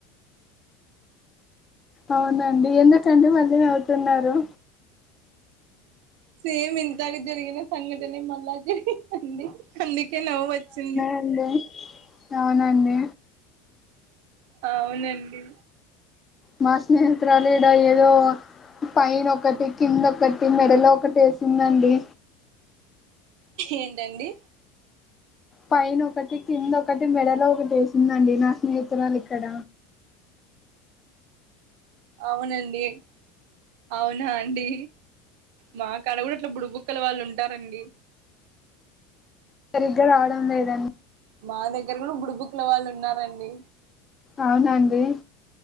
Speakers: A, on the left (about 25°); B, on the right (about 60°).
A: అవునండి ఎందుకండి మళ్ళీ నవుతున్నారు.
B: సేమ్ ఇంతక జరిగిన సంఘటన మళ్ళా జరిగిందండి అందుకే నవొచ్చింది.
A: లో అవునండే
B: అవునండి.
A: మా స్నేహితురాల్ ఏడా ఏదో పైన ఒకటి. కింద ఒకటి మెడలో ఒకటి ఏసిందండి.
B: ఏంటండి
A: పైన ఒకటి కింద ఒకటి మెడలో ఒకటి ఏసిందండి నా స్నేహితురాలు ఇక్కడ
B: అవునండి ఏ అవునా అండి, మా కాడిట్ల బుడిబుక్కల వాళ్ళు ఉంటారండి.
A: సరిగ్గా రావడం లేదన్
B: మా దగ్గర గూడా గుడుబుక్ల వాళ్ళు ఉన్నారండి.
A: అవునా అండి,